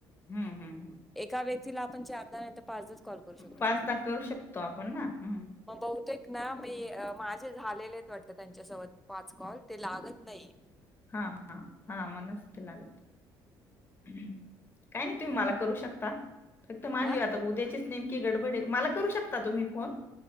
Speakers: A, on the left; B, in the centre.
A: हम्म हम्म हम्
B: एका व्यक्तीला आपण नाहीतर कॉल करू शकतोय
A: पाचदा
B: ना.
A: करू शकतो आपण ना हम्
B: मग बहुतेक ना मी माझे झालेले वाटत त्यांच्यासोबत पाच कॉल ते लागत नाही
A: हां, हां. मग नसते लागत. काही नाही तुम्ही मला करू शकता फक्त माझी
B: हा
A: आता उद्याचीच नेमकी गडबडे मला करू शकता तुम्ही फोन